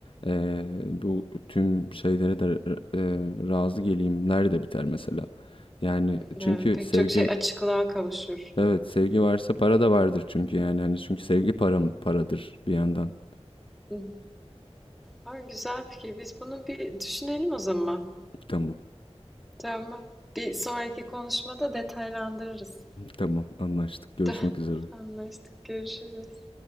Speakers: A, on the left; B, in the centre.
A: E, bu tüm şeylere de e, razı geleyimler de biter mesela. Yani çünkü
B: Evet, pek
A: sevgi
B: çok şey açıklığa kavuşur.
A: evet sevgi varsa para da vardır çünkü yani hani çünkü sevgi param paradır bir yandan.
B: Hı hı. Ha, güzel fikir. Biz bunu bir düşünelim o zaman.
A: Tamam
B: Tamam. Bir sonraki konuşmada detaylandırırız.
A: tamam anlaştık görüşmek
B: <laughs>
A: üzere.
B: Anlaştık. Görüşürüz.